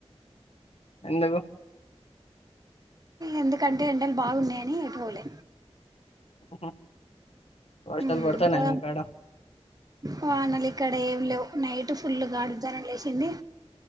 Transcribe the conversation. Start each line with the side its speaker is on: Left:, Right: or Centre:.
Left: ఎందుకు
Right: ఎందుకంటే ఎండలు బాగున్నాయని ఎటుపోలే
Left: ఉహు. వర్షాలు
Right: హు
Left: పడతాన్నాయా
Right: పో
Left: మీకాడ
Right: పొనలి ఇక్కడ ఏమి లేవు నైట్ ఫుల్ <unintelligible> ధర లేసింది